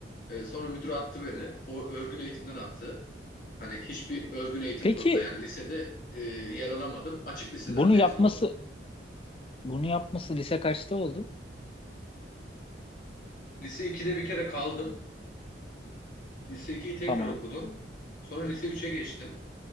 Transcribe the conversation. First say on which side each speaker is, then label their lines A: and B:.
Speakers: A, on the left; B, on the left.
A: Ee, sonra müdür attı beni. O örgün eğitimden attı. Hani hiçbir örgün eğitim
B: Peki
A: kurumunda yani lisede e, yer alamadım. Açık liseden
B: bunu
A: mezun
B: yapması
A: oldum.
B: bunu yapması lise kaçta oldu?
A: Lise 2'de bir kere kaldım. Lise 2'yi tekrar
B: Tamam.
A: okudum. Sonra lise üç'e geçtim.